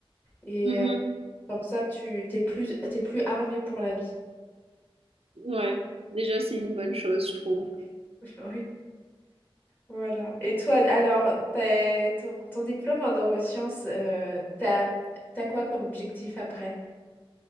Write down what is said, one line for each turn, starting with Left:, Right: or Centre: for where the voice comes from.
Left: et
Right: Mhm.
Left: euh, comme ça tu t'es plus t'es plus armé pour la vie.
Right: Ouais, déjà c'est une bonne chose, je trouve.
Left: <laughs> Oui. Voilà. Et toi, alors, t'as- ton, ton diplôme en neurosciences, euh, t'as, t'as quoi comme objectif après?